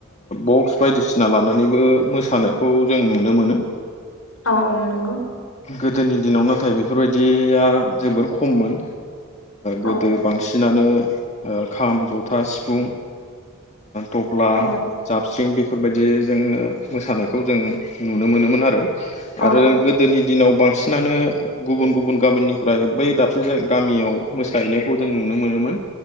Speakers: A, on the left; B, on the left.
A: बक्स बायदिसिना लानानैबो मोसानायखौ जों नुनो मोनो
B: औ औ नंगौ
A: गोदोनि दिनाव नाथाय बेफोरबायदिया जोबोर खममोन गोदो
B: औ
A: बांसिनानो खाम जथा सिफुं थफ्ला
B: औ
A: जाबस्रिं बे बेफोरबायदिजोंनो मोसानायखौ जों नुनो मोनोमोन आरो
B: औ
A: आरो गोदोनि दिनाव बांसिन सिनानो गुबुन गुबुन गामिनिफ्राय बै दाबसे जाय गामियाव मोसाहैनायखौ जों नुनो मोनोमोन